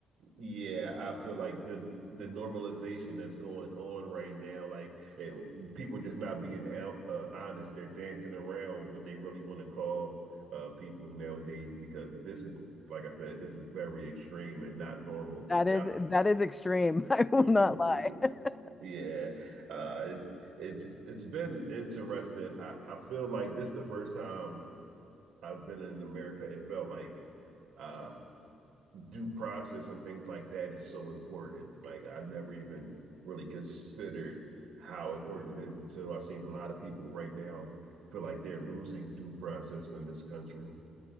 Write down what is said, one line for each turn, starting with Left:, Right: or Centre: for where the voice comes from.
Right: Yeah, I feel like the the normalization that's going on right now, like it, people are just not being out, uh, honest. They're dancing around what they really want to call uh, people nowadays because this is, like I said, this is very extreme and not normal.
Left: That
Right: And
Left: is
Right: I,
Left: that is extreme. <laughs> I will
Right: mm,
Left: not
Right: mm,
Left: lie.
Right: mm, mm.
Left: <laughs>
Right: mm. yeah, uh, it's it's it's been interesting. I I feel like this the first time I've been in America. It felt like. uh, due process and things like that is so important. Like I've never even really considered how important it is until I've seen a lot of people right now feel like they're losing due process in this country.